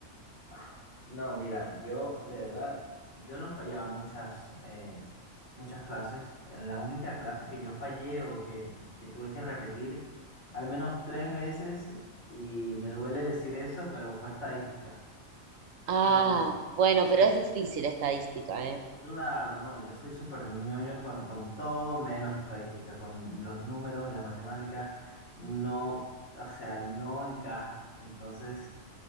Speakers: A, on the left; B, on the right.
A: ah, No, mira, yo, de verdad, yo no fallaba muchas, eh, muchas clases. La única clase que yo fallé o que, que tuve que repetir al menos tres veces, y me duele decir eso, pero fue estadística.
B: Ah,
A: No, no,
B: bueno,
A: soy
B: pero es difícil estadística, ¿eh?
A: Claro, no, yo soy súper ñoño con, con todo menos estadística, con los números y la matemática no, o sea, no encaja. Entonces,